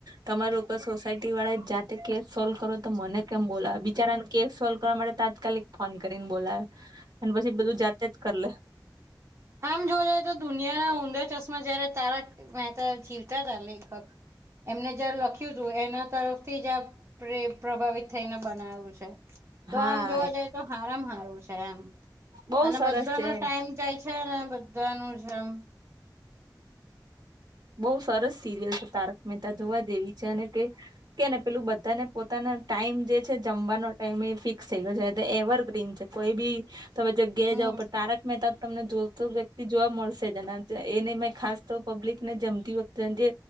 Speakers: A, on the right; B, on the right.
A: તમારી લોકો સોસાયટીવાળા જાતે કેસ સોલ્વ કરો તો મને કેમ બોલા બિચારાને કેસ સોલ્વ કરવા માટે તાત્કાલિક ફોન કરીને બોલાવે અને પછી બધું જાતે જ કર લે.
B: આમ જોવા જઈએ તો દુનિયાના ઊંધા ચશ્મા જયારે તારા મહેતા જીવતા તા લેખક એમને જ્યારે લખ્યું હતું એના તરફથી જ આ પ્રે પ્રભાવિત થઈને બનાવ્યું છે. તો
A: હા
B: આમ જોવા જઈએ તો હારા મ હારું છે એમ
A: બહુ
B: અને
A: સરસ
B: બધાનો
A: છે
B: ટાઈમ થાય છે ને બધાનો જેમ
A: બહું સરસ સિરિયલ છે તારક મહેતા જોવા જેેવી છે અને કે કે ને પેલું બધાને પોતાના ટાઈમ જે છે જમવાનો ટાઈમ એ ફિક્સ થઈ ગ્યો છે એવરગ્રીન છે. કોઈ ભી તમે જગ્યાએ
B: હમ
A: જાઓ તો તારક મહેતા તમને જો તો વ્યક્તિ જોવા મળશે જ અને એની મેં ખાસ તો પબ્લિક ને જમતી વખતે જે